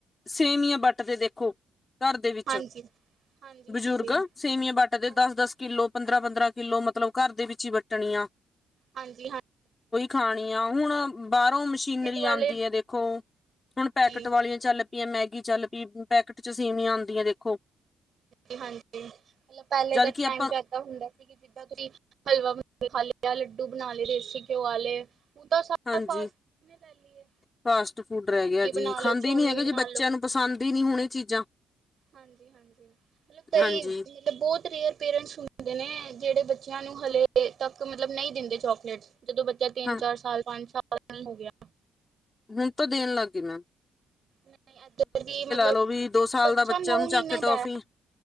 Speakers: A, on the left; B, on the right.
A: ਸੇਮੀਆ ਵੱਟ ਤੇ ਦੇਖੋ। ਘਰ ਦੇ ਵਿੱਚ
B: ਹਾਂਜੀ। ਹਾਂਜੀ-ਹਾਂਜੀ,
A: ਬਜ਼ੁਰਗ ਸੇਵੀਆਂ ਬੱਟ
B: ਹਾਂਜੀ-ਹਾਂਜੀ
A: ਦੇ ਦਸ ਦਸ ਕਿੱਲੋ ਪੰਦਰਾਂ ਪੰਦਰਾਂ ਕਿੱਲੋ ਮਤਲਬ ਘਰ ਦੇ ਵਿੱਚ ਹੀ ਵੱਟਣੀਆ,
B: ਹਾਂਜੀ ਹਾਂ,
A: ਖਾਣੀਆਂ, ਹੁਣ ਬਾਹਰੋਂ ਮਸ਼ੀਨਰੀ
B: ਵਾਲੇ
A: ਆਦੀ ਹੈ ਦੇਖੋ। ਹੁਣ ਪੈਕਟ
B: ਜੀ
A: ਵਾਲੀਆਂ ਚੱਲ ਚੱਲ ਪਈਏ ਮੈਗੀ ਚੱਲ ਪਈ ਪੈਕਟ ਚ ਸੀੇਵੀਆਂ ਆਦੀਆਂ ਦੇਖੋ।
B: ਹਾਂਜੀ ਹਾਂਜੀ ਮਤਲਬ ਪਹਿਲੇ
A: ਜਦ
B: ਦਾ ਟਾਈਮ
A: ਕਿ ਆਪਾਂ
B: ਜਿਆਦਾ ਹੁੰਦਾ ਸੀ। ਤੁਸੀਂ ਹਲਵਾ ਖਾ ਲਿਆ ਲੱਡੂ ਬਣਾ ਲਏ ਦੇਸੀ ਘਿਓ ਵਾਲੇ ਤਾਂ ਸਾਰਾ
A: ਹਾਂਜੀ
B: ਫਾਸਟ ਫੂਡ ਨੇ ਲੈ ਲਈ ਏ।
A: ਫਾਸਟ ਫੂਡ ਰਹਿ
B: ਮੈਗੀ
A: ਗਿਆ,
B: ਬਣਾ
A: ਜੀ ਖਾਂਦੇ
B: ਲੋ, ਚੌਮਿਨ
A: ਨੀ ਹੈਗੇ ਜੀ
B: ਬਣਾ
A: ਬੱਚਿਆਂ
B: ਲੋ,
A: ਨੂੰ ਪਸੰਦ ਹੀ ਨੀ ਹੋਣ ਇਹ ਚੀਜ਼ਾਂ।
B: ਹਾਂਜੀ ਹਾਂਜੀ, ਮਤਲਬ ਕਈ
A: ਹਾਂਜੀ
B: ਮਲਬ ਬਹੁਤ ਰੇਅਰ ਪੇਰੈਂਟਸ ਹੁੰਦੇ ਨੇ ਜਿਹੜੇ ਬੱਚਿਆਂ ਨੂੰ ਹਲੇੇ ਤੱਕ ਮਤਲਬ ਨਹੀਂ ਦਿੰਦੇ ਚੋਕਲੇਟ ਜਦੋਂ ਬੱਚਾ ਤਿੰਨ
A: ਹਾਂ
B: ਚਾਰ ਸਾਲ ਪੰਜ ਸਾਲ ਪ ਨਹੀਂ ਹੋ ਗਿਆ।
A: ਹੁਣ ਤਾਂ ਦੇਣ ਲੱਗ ਗਈ ਮੈ,
B: ਨਹੀਂ ਇੱਧਰ ਵੀ ਮਤਲਬ
A: ਲਓ ਵੀ ਦੋ ਸਾਲ
B: ਬੱਚਾ
A: ਦਾ
B: ਨੋ
A: ਉਹਨੂੰ
B: ਮਹੀਨੇ
A: ਚੱਕ ਕੇ ਟੋਫੀ
B: ਦਾ